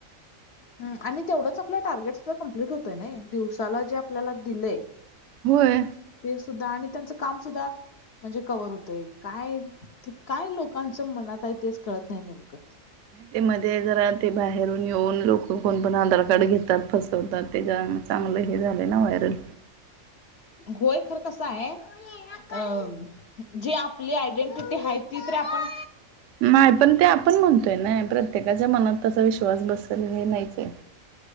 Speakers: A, on the left; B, on the right.
A: ह आणि तेवढंच आपलं टार्गेट सुद्धा कम्प्लीट होतय ना दिवसाला जे आपल्याला दिलेय.
B: होय
A: ते सुद्धा आणि त्यांचं काम सुद्धा म्हणजे कवर होतय काय काय लोकांचं मनात आहे तेच कळत नाही नेमकं
B: ते मध्ये जरा ते बाहेरून येऊन लोक कोण पण आधार कार्ड घेतात फसवतात ते जा चांगलं हे झालंय ना व्हायरल
A: गोय खर कस आहे. अ जी आपली आयडेंटिटी आहे ती तर आपण
B: नाही पण ते आपण म्हणतोय ना प्रत्येकाच्या मनात तसा विश्वास बसेल हे नाहीच आहे.